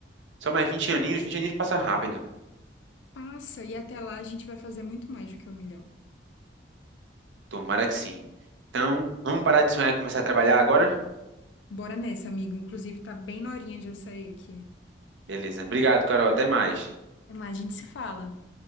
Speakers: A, on the right; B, on the left.
A: Só mais vinte aninhos, 20 aninhos passa rápido.
B: Passa e até lá a gente vai fazer muito mais do que um milhão.
A: Tomara que sim. Então, vamos parar de sonhar e começar a trabalhar agora?
B: Bora nessa, amigo. Inclusive, tá bem na horinha de eu sair aqui.
A: Beleza. Obrigado, Carol. Até mais.
B: Até mais, a gente se fala.